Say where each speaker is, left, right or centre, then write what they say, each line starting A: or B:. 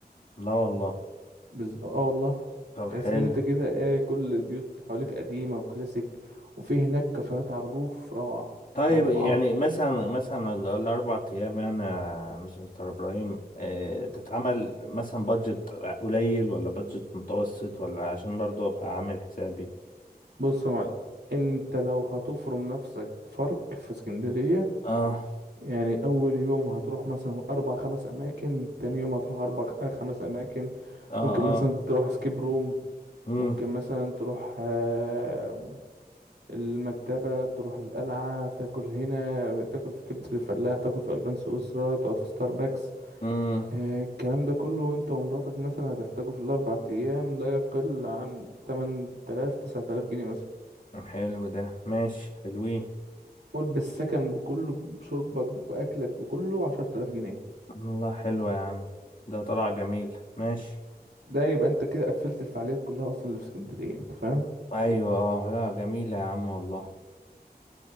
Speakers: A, on the left (about 55°); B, on the right (about 80°).
A: لا والله
B: بز... اه والله
A: طب
B: تحس
A: حلو
B: ان انت كده ايه كل البيوت اللي حواليك قديمه وكلاسيك وفي هناك كافيهات على الروف روعه
A: طيب
B: روعه
A: يعني مثلا مثلا ال- الأربع أيام يعني يا مستر إبراهيم آه، تتعمل مثلا بادجت قليل ولا بادجت متوسط ولا عشان برضو أبقى عامل حسابي
B: بص يا معلم انت لو هتفرم نفسك فرق في اسكندرية
A: اه
B: يعني اول يوم هتروح مثلا اربع خمس اماكن تاني يوم هتروح اربع خ- آه، خمس اماكن
A: اه
B: ممكن مثلا
A: اه
B: تروح سكيب روم
A: مم.
B: ممكن مثلا تروح آه، المكتبة تروح القلعة تاكل هنا تاكل في كبدة الفلاح تاكل في ألبان سويسرا تقعد في ستاربكس
A: مم.
B: آه، الكلام ده كله انت ومراتك مثلا هتحتاجه في الاربع ايام لا يقل عن 8000 9000 جنيه مثلا
A: حلو ده ماشي حلوين
B: قول بالسكن بكله بشربك بأكلك بكله عشرة آلاف جنيه
A: والله حلو يا عم ده طلع جميل ماشي
B: ده يبقى انت كده قفلت الفعاليات كلها أصلا اللي في اسكندرية انت فاهم
A: أيوة اه لا جميلة يا عم والله